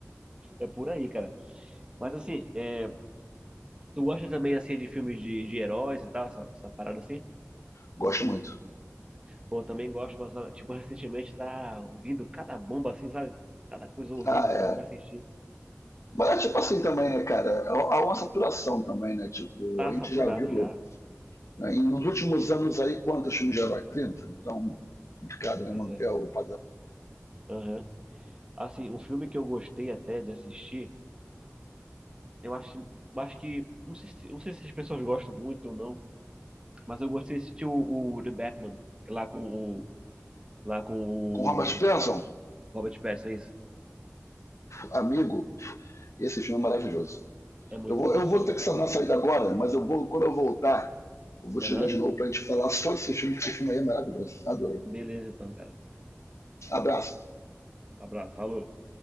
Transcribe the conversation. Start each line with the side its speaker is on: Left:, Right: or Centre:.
Right: É por aí, cara. Mas assim, é, tu gosta também assim de filmes de, de heróis e tal, essa, essa parada assim?
Left: Gosto muito.
Right: Pô, eu também gosto, mas ah, tipo, recentemente tá vindo cada bomba assim, sabe? Cada coisa horrível
Left: Ah, é.
Right: que tu vai assistir.
Left: Mas é tipo assim também, né, cara? Há uma saturação também, né? Tipo,
Right: Tá
Left: a
Right: saturado
Left: gente já viu
Right: já.
Left: né, em- nos últimos anos aí quantos filmes de herói? 30? Então, complicado, né?
Right: Pois
Left: Manter
Right: é.
Left: o padrão.
Right: Aham. Assim, um filme que eu gostei até de assistir, eu acho, acho que, não sei, se- não sei se as pessoas gostam muito ou não, Mas eu gostei de assistir o, o The Batman, lá com o, lá com o
Left: Com Robert Pattinson,
Right: Robert Pattinson, é isso.
Left: amigo, esse filme é maravilhoso.
Right: É muito
Left: Eu vou,
Right: bom
Left: eu
Right: esse
Left: vou
Right: filme,
Left: ter
Right: cara.
Left: que sanar a saída agora, mas eu vou, quando eu voltar, eu vou te
Right: Aham.
Left: ligar de novo pra gente falar só desse filme, que esse filme aí é maravilhoso. Adorei.
Right: Beleza, então, cara.
Left: Abraço.
Right: Um abraço, falou.